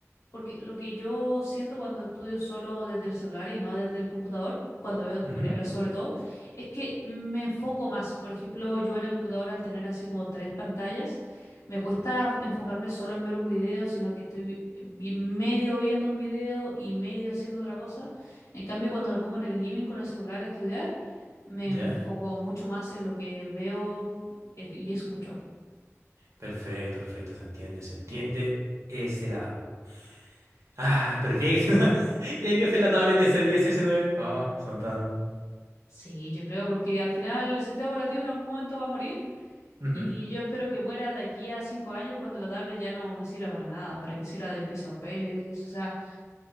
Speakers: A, on the left; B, on the right.
A: Porque lo que yo siento cuando estudio solo desde el celular y no desde el computador, cuando veo tutoriales
B: ujú,
A: sobre todo, es que me enfoco más. Por ejemplo, yo en el computador al tener así como tres pantallas, me cuesta enfocarme solo en ver un video, sino que estoy vi- medio viendo un video y medio haciendo otra cosa. En cambio, cuando me pongo en el living con el celular a estudiar, me
B: ¿Ya?
A: enfoco mucho más en lo que veo eh, y escucho.
B: Perfecto, perfecto, se entiende, se entiende ese lado. Ah, pero tiene que ser una- <laughs> tiene que ser la tableta s diez y S9. Ah, son tan...
A: Sí, yo creo porque al final el sistema operativo en algún momento va a morir.
B: ujú.
A: Y yo espero que muera de aquí a cinco años cuando la tablet ya no me sirva para nada, para que sirva de papeles o sea,